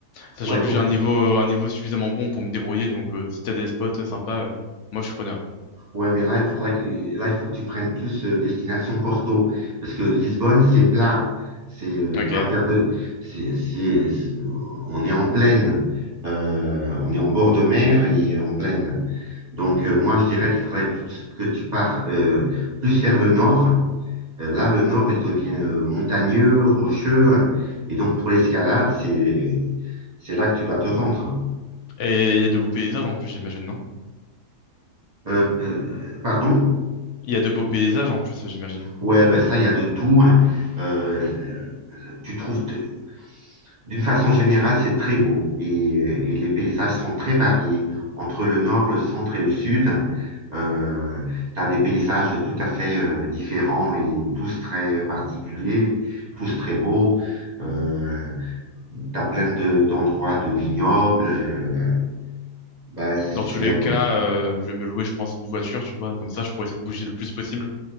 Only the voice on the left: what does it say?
Sachant
que
j'ai un niveau, un niveau suffisamment bon pour me débrouiller, donc euh, si t'as des spots euh, sympas, euh, moi je suis preneur.
Ok.
Et il y a de beaux paysages en plus, j'imagine, non?
Il y a de beaux paysages en plus, j'imagine.
Dans tous
les
cas, euh, je vais me louer, je pense, une voiture, tu vois, comme ça je pourrais essayer de bouger le plus possible.